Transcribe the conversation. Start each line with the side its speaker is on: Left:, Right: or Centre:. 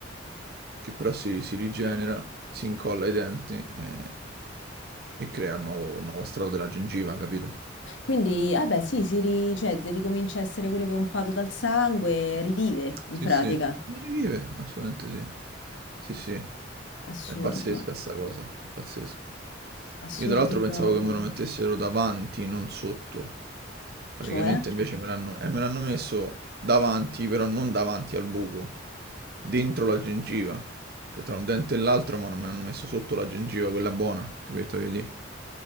Right: che però si, si rigenera, si incolla ai denti e, e crea un nuovo, un nuovo strato della gengiva, capito?
Left: Quindi, eh beh, sì, si, ri- cioè, si ricomincia a essere pure pompato dal sangue, rivive in
Right: Sì,
Left: pratica.
Right: sì, ma rivive, assolutamente sì. Sì, sì,
Left: Assurdo,
Right: è pazzesca sta cosa, è pazzesco.
Left: assurdo
Right: Io tra l'altro
Left: proprio.
Right: pensavo che me lo mettessero davanti, non sotto. Praticamente
Left: Cioè?
Right: invece me l'hanno eh, me l'hanno messo davanti, però non davanti al buco, dentro la gengiva. Cioè tra un dente e l'altro, ma me l'hanno messo sotto la gengiva, quella buona, capito? Vedi?